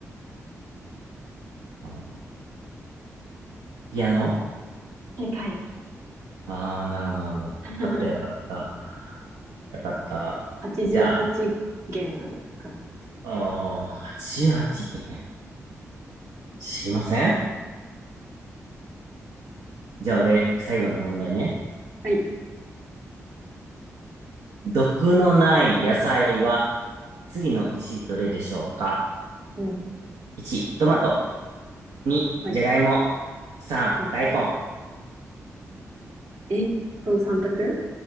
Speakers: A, on the right (about 85°); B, on the right (about 65°).
A: あーピアノ
B: 正解。
A: ああー、なるほど、なるほど。よかった、
B: <laughs>
A: よかった。よかった。
B: 88弦あるから。
A: じゃあ、あー88件。知りませんじゃあ俺、最後の問題ね。
B: はい。
A: 毒のない野菜は次のうちどれでしょうか
B: うん。
A: ?1、トマト。2、
B: はい。
A: じゃがいも。3、
B: はい。
A: 大根。
B: え、その3択